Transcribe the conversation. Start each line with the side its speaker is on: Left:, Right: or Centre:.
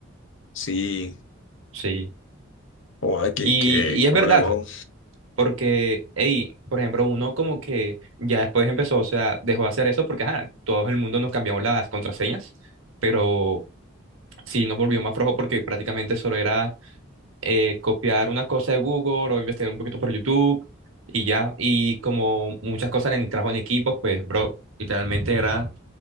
Left: Sí,
Right: Sí.
Left: o que
Right: Y,
Left: qué, qué
Right: y es
Left: problema,
Right: verdad,
Left: o
Right: porque, hey, por ejemplo, uno como que ya después empezó, o sea, dejó de hacer eso porque, ajá, todo el mundo nos cambiamos las contraseñas, pero sí nos volvió más flojo porque prácticamente solo era eh, copiar una cosa de Google o investigar un poquito por YouTube y ya. Y como muchas cosas en el trabajo en equipos pues, bro, literalmente era